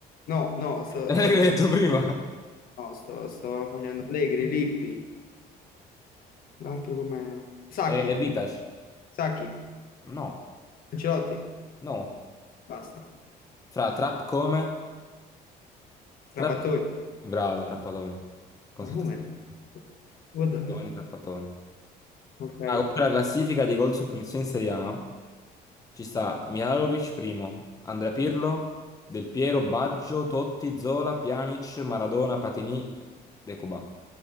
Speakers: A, on the left; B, on the left.
A: No, no,
B: <laughs>
A: sto,
B: Allegri
A: sto-
B: hai detto prima.
A: no, sto- sto facendo Allegri, Lippi. L'altro com'era? Sacchi,
B: È vintage?
A: Sacchi,
B: No.
A: Ancelotti,
B: No,
A: basta.
B: fra trap come?
A: Trapattoni.
B: Trap co- Bravo, Trappatoni. Concetto
A: Ma come?
B: sportivo.
A: What the hell?
B: Giovanni Trappatoni.
A: Ok,
B: Ah, contro la classifica dei gol su punizione in Serie A ci sta Mihajlovic primo, Andrea Pirlo, Del Piero, Baggio, Totti, Zola, Pjanic, Maradona, Platini, Recoba.